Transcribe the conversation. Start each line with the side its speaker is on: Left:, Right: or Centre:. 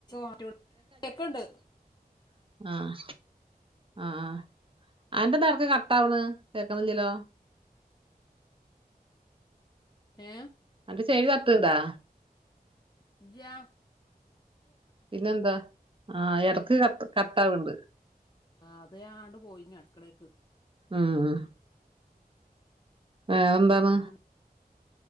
Left: <unintelligible> കേൾക്കാണ്ട്
Right: ആഹ് ആഹ് അഹ് അന്റെന്താ ഇടക്ക് കട്ടആവണ് കേക്കണല്ലല്ലോ
Left: ഏഹ്
Right: അന്റെ ചെവിതട്ട്ണ് ണ്ടാ
Left: ഇല്ലാ
Right: പിന്നെന്താ ആഹ് ഇടക്ക് ക കട്ടാവൺണ്ട്
Left: അത് ഞാനണ്ട് പോയിന്ന് അടുക്കളേക്ക്
Right: ആഹ് വേറെന്താണ്
Left: ആഹ്